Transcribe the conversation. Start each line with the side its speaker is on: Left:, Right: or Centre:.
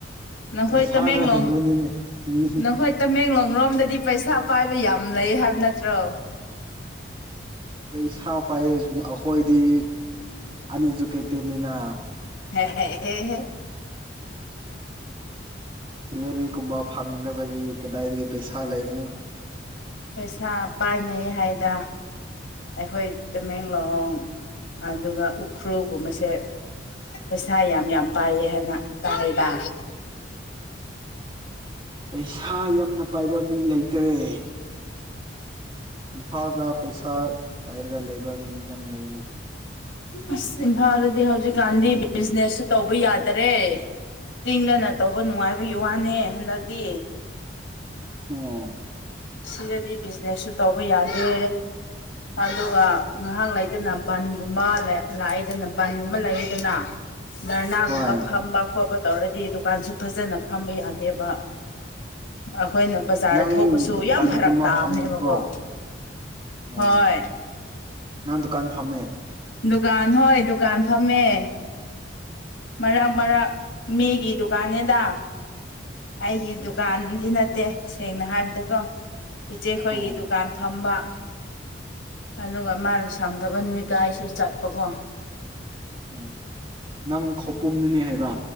Left: ꯅꯈꯣꯏ
Right: ꯄꯩꯁꯥꯅ
Left: ꯇꯃꯦꯡꯂꯣꯡ
Right: ꯍꯤꯡꯕꯅꯤꯅꯦ ꯃꯤ
Left: ꯅꯈꯣꯏ ꯇꯃꯦꯡꯂꯣꯡ ꯉꯨꯔꯣꯝꯗꯗꯤ ꯄꯩꯁꯥ ꯄꯥꯏꯕ ꯌꯥꯝ ꯂꯩ ꯍꯥꯏꯕ ꯅꯠꯇ꯭ꯔꯣ
Right: ꯄꯩꯁꯥ ꯄꯥꯏꯌꯦꯖꯨ ꯑꯈꯣꯏꯗꯤ ꯑꯅꯤꯖꯨ ꯀꯦꯞꯇꯦꯟꯅꯤꯅꯥ
Left: ꯍ ꯍꯦ ꯍꯦ ꯍꯦ
Right: ꯁꯦꯂꯔꯤ ꯒꯨꯝꯕ ꯐꯪꯗꯕꯒꯤ ꯀꯗꯥꯏꯗꯒꯤ ꯄꯩꯁꯥ ꯂꯩꯒꯅꯨ
Left: ꯄꯩꯁꯥ ꯄꯥꯏꯅꯩꯌꯦ ꯍꯥꯏꯌꯦꯗꯥ ꯑꯩꯈꯣꯏ ꯇꯃꯦꯡꯂꯣꯡ ꯑꯗꯨꯒ ꯎꯈ꯭ꯔꯨꯜꯒꯨꯝꯕꯁꯦ ꯄꯩꯁꯥ ꯌꯥꯝ ꯌꯥꯝ ꯄꯥꯏꯌꯦ ꯍꯥꯏꯅ ꯇꯥꯏꯗꯥ
Right: ꯄꯩꯁꯥ ꯌꯥꯝꯅ ꯄꯥꯏꯕ ꯃꯤ ꯂꯩꯇꯔꯦ ꯏꯝꯐꯥꯜꯗ ꯄꯩꯁꯥ ꯄꯥꯏꯔꯒ ꯂꯩꯕ ꯃꯤ ꯌꯥꯝ ꯂꯩꯅ
Left: ꯑꯁ ꯏꯝꯐꯥꯜꯗꯗꯤ ꯍꯧꯖꯤꯛꯀꯥꯟꯗꯤ ꯕꯤꯖꯤꯅꯦꯁꯁꯨ ꯇꯧꯕ ꯌꯥꯗꯔꯦ ꯆꯤꯡꯗꯅ ꯇꯧꯕ ꯅꯨꯡꯉꯥꯏꯕꯒꯤ ꯋꯥꯅꯦ ꯍꯟꯗꯛꯇꯤ
Right: ꯑꯣ
Left: ꯁꯤꯗꯗꯤ ꯕꯤꯖꯤꯅꯦꯁꯁꯨ ꯇꯧꯕ ꯌꯥꯗꯦ ꯑꯗꯨꯒ ꯉꯥꯏꯍꯥꯛ ꯂꯩꯗꯅ ꯕꯟꯒꯨꯝꯕ ꯂꯩ ꯂꯥꯛꯑꯗꯅ ꯕꯟꯒꯨꯝꯕ ꯂꯩꯌꯦꯗꯅꯥ ꯗꯔꯅꯥꯒꯨꯝꯕ
Right: ꯍꯣꯏ
Left: ꯐꯝꯕ ꯈꯣꯠꯄ ꯇꯧꯔꯗꯤ ꯗꯨꯀꯥꯟꯁꯨ ꯐꯖꯅ ꯐꯝꯕ ꯌꯥꯗꯦꯕ ꯑꯈꯣꯏꯅ ꯕꯖꯥꯔ
Right: ꯅꯪ
Left: ꯊꯣꯛꯄꯁꯨ
Right: ꯗꯨꯀꯥꯟꯒꯨꯝꯕ
Left: ꯌꯥꯝ ꯐꯔꯛ ꯇꯥꯕꯅꯦꯕꯀꯣ
Right: ꯐꯝꯕ꯭ꯔꯣ ꯑꯣ
Left: ꯍꯣꯏ
Right: ꯅꯪ ꯗꯨꯀꯥꯟ ꯐꯝꯃꯦ
Left: ꯗꯨꯀꯥꯟ ꯍꯣꯏ ꯗꯨꯀꯥꯟ ꯐꯝꯃꯦ ꯃꯔꯛ
Right: ꯑꯣ
Left: ꯃꯔꯛ ꯃꯤꯒꯤ ꯗꯨꯀꯥꯟꯅꯦꯗ ꯑꯩꯒꯤ ꯗꯨꯀꯥꯟꯗꯤ ꯅꯠꯇꯦ ꯁꯦꯡꯅ ꯍꯥꯏꯕ ꯗꯀꯣ ꯏꯆꯦꯈꯣꯏꯒꯤ
Right: ꯑꯣ
Left: ꯗꯨꯀꯥꯟ ꯐꯝꯕ ꯑꯗꯨꯒ ꯃꯥꯅ ꯁꯪꯗꯕ ꯅꯨꯃꯤꯠꯇ ꯑꯩꯁꯨ ꯆꯠꯄꯀꯣ
Right: ꯑꯣ ꯅꯪ ꯈꯧꯄꯨꯝꯅꯅꯦ ꯍꯥꯏꯕ